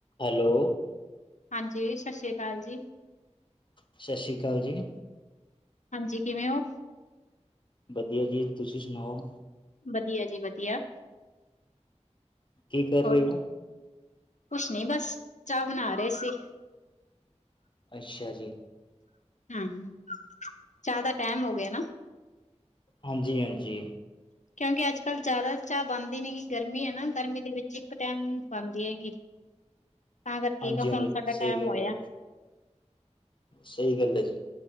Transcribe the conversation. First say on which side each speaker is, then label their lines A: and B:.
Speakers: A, on the left; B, on the left.
A: Hello
B: ਹਾਂਜੀ ਸਤਿ ਸ੍ਰੀ ਅਕਾਲ ਜੀ
A: ਸਤਿ ਸ੍ਰੀ ਅਕਾਲ ਜੀ
B: ਹਾਂਜੀ ਕਿਵੇਂ ਓ?
A: ਵਧੀਆ ਜੀ ਤੁਸੀਂ ਸੁਣਾਓ?
B: ਵਧੀਆ ਜੀ ਵਧੀਆ
A: ਕੀ ਕਰ
B: ਹੋਰ
A: ਰਹੇ ਹੋ
B: ਕੁਛ ਨੀ ਬਸ ਚਾਹ ਬਣਾ ਰਹੇ ਸੀ
A: ਅੱਛਾ ਜੀ
B: ਹਮ ਜ਼ਿਆਦਾ ਟਾਈਮ ਹੋ ਗਿਆ ਨਾ
A: ਹਾਂਜੀ ਹਾਂਜੀ
B: ਕਿਉਂਕਿ ਅੱਜ ਕੱਲ ਜ਼ਿਆਦਾ ਚਾਹ ਬਣਦੀ ਨੇ ਗਰਮੀ ਹੈ ਨਾ ਗਰਮੀ ਦੇ ਵਿੱਚ ਇੱਕ ਟਾਈਮ ਬਣਦੀ ਹੈਗੀ ਤਾਂ ਕਰਕੇ
A: ਹਾਂਜੀ
B: ਕਿ
A: ਹਾਂਜੀ,
B: ਹੁਣ ਸਾਡਾ
A: ਸਹੀ
B: ਟਾਈਮ ਹੋਇਆ
A: ਗੱਲ ਹੈ, ਸਹੀ ਗੱਲ ਹੈ ਜੀ।